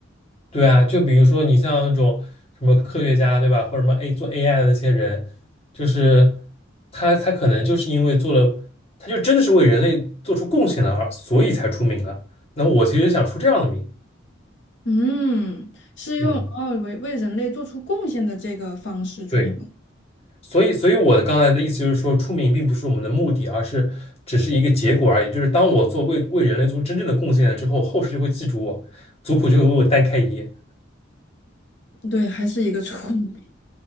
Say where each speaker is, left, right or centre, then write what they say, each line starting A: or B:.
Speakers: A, on the left (about 30°); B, on the left (about 65°).
A: 对啊，就比如说你像那种什么科学家，对吧？或者什么 A 做 AI 的那些人，就是他他可能就是因为做了，他就真的是为人类做出贡献了而，所以才出名了。那我其实想出这样的名，
B: 嗯，是用哦为为人类做出贡献的这个方式出名，
A: 嗯，对。所以，所以我的刚才的意思就是说，出名并不是我们的目的，而是只是一个结果而已。就是当我做为为人类做真正的贡献了之后，后世就会记住我，族谱就会为我单开一页。
B: 对，还是一个出名。